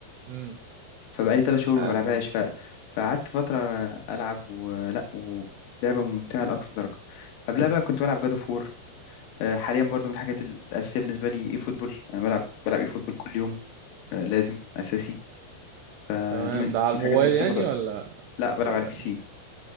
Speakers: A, on the right; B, on the left.
A: امم
B: فبقالي ثلاث شهور ما
A: آه،
B: بلعبهاش ف... فقعدت فتره العب ولا ولعبه ممتعه لاقصى درجه قبلها بقى كنت بلعب جادو فور حاليا برضو من الحاجات الاساسيه بالنسبه لي اي فوتبول انا بلعب بلعب اي فوتبول كل يوم آه، لازم اساسي آه،
A: تمام
B: دي من من
A: ده على
B: الحاجات
A: الموبايل
B: اللي بتاخد
A: يعني
B: وقت
A: ولا
B: لا بلعب
A: آه.
B: على البي سي